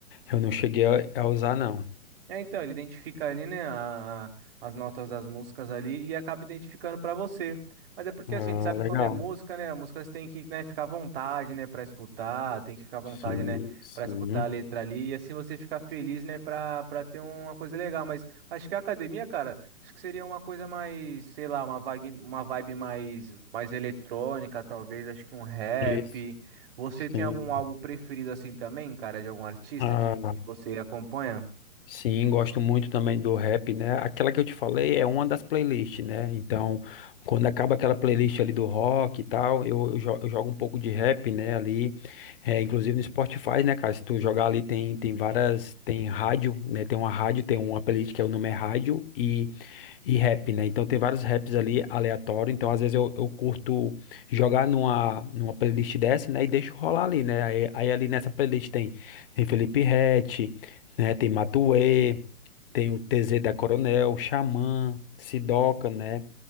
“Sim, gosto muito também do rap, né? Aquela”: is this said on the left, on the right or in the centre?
Left